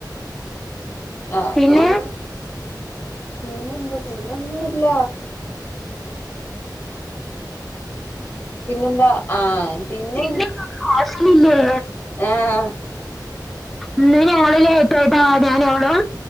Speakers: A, on the left; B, in the centre.
A: ആഹ്
B: പിന്നെ
A: <unintelligible> പിന്നെന്താ പിന്നൊന്നുല്ല.
B: <unintelligible>
A: പിന്നെന്താ ആഹ് പിന്നെ
B: ഹോസ്റ്റലില്ലേ?
A: ആഹ്
B: ഇന്ന് ഞങ്ങള് ലോറ്റായിട്ടാ ഞാനും അവളും.